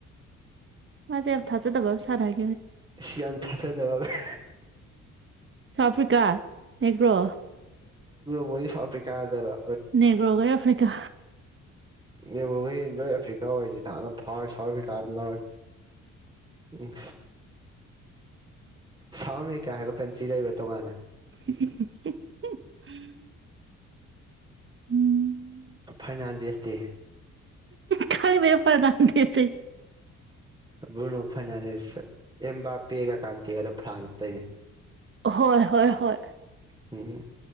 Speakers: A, on the right; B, on the right.
A: ꯃꯥꯦ ꯌꯥꯝ ꯊꯥꯖꯦꯗꯕꯕꯥ ꯁꯥꯟꯅꯦ
B: ꯁꯤꯌꯥꯥꯟ ꯊꯆꯗꯕ ꯍ
A: ꯑꯥꯐ꯭ꯔꯤꯀꯥ ꯑꯦ꯭ꯔꯣ
B: ꯕꯨꯣꯏ ꯁ ꯄꯤꯥ ꯍꯥꯏꯗꯔ
A: ꯅꯦꯒꯣꯒ ꯌꯥ ꯐ ꯀ
B: ꯎꯝꯕꯨꯈꯣꯏ ꯂꯣꯏ ꯑꯐ꯭ꯔꯤꯀꯥ ꯑꯣꯏꯗꯤ ꯍꯥꯟꯅ ꯐꯥꯎꯋꯦ ꯁꯥꯎꯠ ꯑꯐ꯭ꯔꯤꯀꯥ ꯑꯃ ꯂꯧꯋꯦ ꯎꯝ ꯁꯝ ꯀꯌꯥ ꯍꯥꯏꯕ ꯀꯟꯇꯤ ꯂꯩꯕ ꯇꯣꯉꯥꯟꯅ
A: <inaudible> ꯎꯝ
B: ꯐꯔꯅꯥꯟꯗꯦꯁ ꯗꯦ
A: ꯈ ꯄꯗꯥꯟꯁꯤ
B: ꯕ꯭ꯔꯨꯅꯣ ꯐꯔꯅꯥꯟꯗꯤꯁ ꯑꯕꯥ ꯄꯦꯒ ꯀꯥꯟꯇꯤꯗꯣ ꯐ꯭ꯔꯥꯟꯁꯇꯅꯦ
A: ꯍꯣꯏ ꯍꯣꯏ ꯍꯣꯏ
B: ꯎꯝ